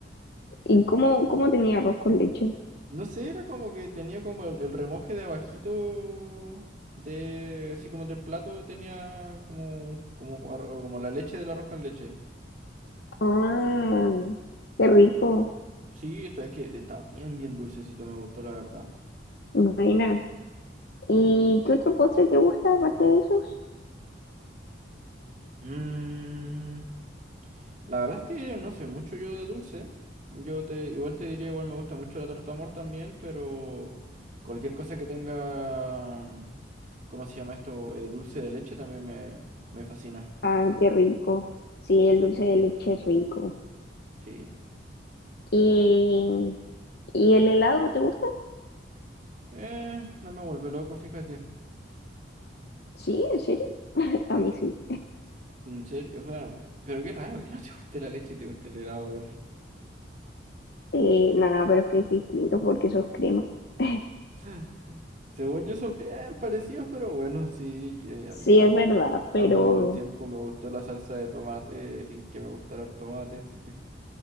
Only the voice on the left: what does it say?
¿Y cómo, cómo tenía arroz con leche?
Ah, qué rico.
Buena. ¿Y qué otro postre te gusta aparte de esos?
Ah, qué rico. Sí, el dulce de leche es rico.
¿Y, y el helado te gusta?
Sí, ¿en serio? <laughs> A mí sí.
Eh, nada, pero es que es distinto porque eso es crema. <laughs>
Sí,
es verdad, pero